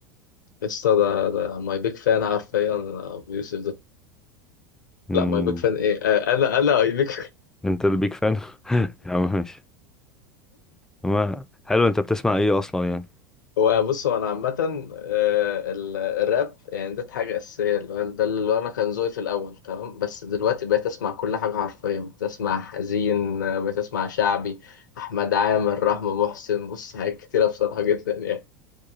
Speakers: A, on the left; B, in the centre.
A: لسه ده ده ماي بيج فان حرفيا ابو يوسف ده
B: اه
A: لا ماي بيج فان ايه آه، انا انا اي بيج
B: انت البيك فان <laughs> يا عم ماشي ما حلو انت بتسمع ايه اصلا يعني
A: هو بص هو انا عامه آه، ال- الراب يعني ده حاجه اساسيه اللي هو ده اللي انا كان ذوقي في الاول تمام بس دلوقتي بقيت اسمع كل حاجه حرفيا بقيت اسمع حزين آه، بقيت اسمع شعبي احمد عامر رحمه محسن بص حاجات كتيره بصراحه جدا يعني